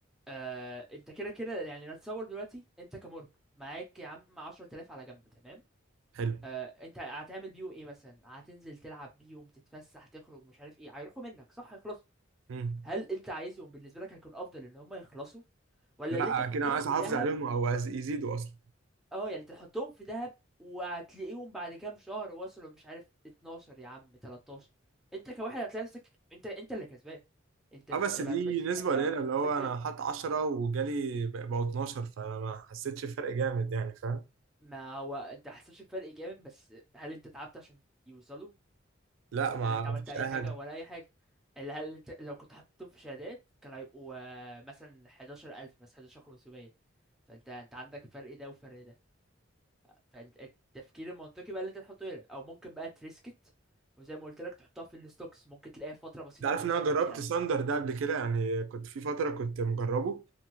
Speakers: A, in the centre; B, on the right (about 75°).
A: آه انت كده كده يعني نتصور دلوقتي انت كمارك معاك يا عم 10000 على جنب تمام
B: حلو
A: آه انت هتعمل بيهم ايه مثلا هتنزل تلعب بيهم تتفسح تخرج مش عارف ايه هيروحوا منك صح يخلص
B: مم.
A: هل انت عايزهم بالنسبه لك هيكون افضل ان هم يخلصوا ولا
B: لا
A: اللي انت تحطهم
B: كده عايز
A: في
B: احافظ
A: دهب
B: عليهم او عايز يزيدوا اصلا
A: اه يعني تحطهم في دهب وهتلاقيهم بعد كام شهر وصلوا مش عارف 12 يا عم 13 انت كواحد هتلاقي نفسك انت انت اللي كسبان انت انت
B: اه بس
A: ما
B: دي
A: عملتش
B: نسبة
A: حاجه
B: قليلة
A: وفلوسك
B: اللي هو
A: زادت
B: انا حاط 10 وجالي بق- بقوا 12 فانا ما حسيتش بفرق جامد يعني فاهم
A: ما هو انت حسيتش بفرق جامد بس هل انت تعبت عشان يوصلوا
B: لا ما
A: هل انت عملت
B: فيش
A: اي
B: اي
A: حاجه
B: حاجة
A: ولا اي حاجه اللي هل انت لو كنت حطيتهم في شهادات كان هيبقوا آه، مثلا 11000 مثلا 11500 فانت انت عندك فرق ده وفرق ده فالتفكير المنطقي بقى اللي انت تحطه هنا او ممكن بقى تريسكت وزي ما قلت لك تحطها في الستوكس ممكن تلاقيها في فتره بسيطه
B: انت عارف
A: قوي وصلت
B: ان انا جربت
A: 50000
B: ساندر ده قبل كده يعني كنت في فترة كنت مجربه